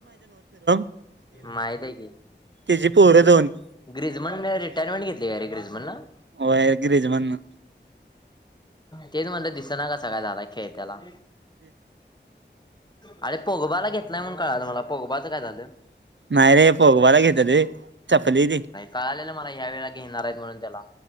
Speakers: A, on the right; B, on the left.
A: <unintelligible>
B: माहितेय की,
A: तेजी पोरं दोन.
B: ग्रिजमनने रिटायरमेंट घेतली. का ग्रिजमानला-
A: होय, ग्रिजमानन!
B: तेच म्हणलं, दिसना का, झालाय खेळ त्याला- अरे! पोगबाला घेतलाय म्हणून कळालं मला पोगबाचं काय झालं?
A: नाही रे, पोगबाला घेतला <unintelligible>
B: कळलेलं मला ह्या वेळेला घेणार आहेत. म्हणून त्याला.